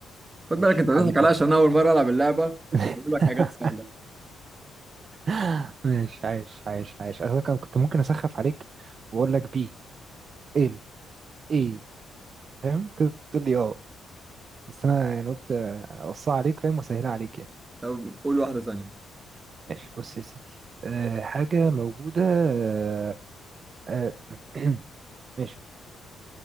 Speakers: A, on the right; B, on the right.
A: خد
B: ماشي
A: بالك انت
B: حبيب
A: بتضحك عليا
B: قلبي
A: عشان أنا اول مرة العب اللعبة
B: <laughs>
A: واقول لك حاجات سهلة
B: <laughs> ماشي عايش عايش عايش انا كان- كنت ممكن اسخف عليك واقول لك بي ال ايه فاهم تقدر تقول لي اه بس انا يعني قلت اوصيها عليك فاهم واسهلها عليك يعني
A: طب قول واحدة ثانية
B: ماشي بص يا سيدي أه حاجه موجوده أه أه <clears throat> ماشي